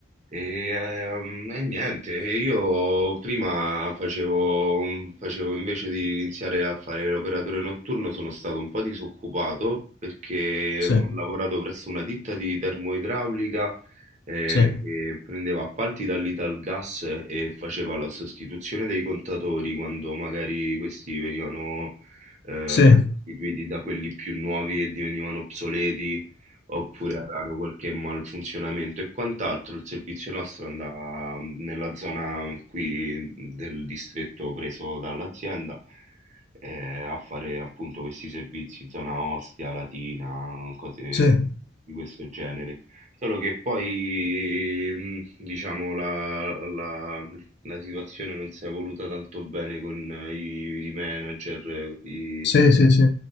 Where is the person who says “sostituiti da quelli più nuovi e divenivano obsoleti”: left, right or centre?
Right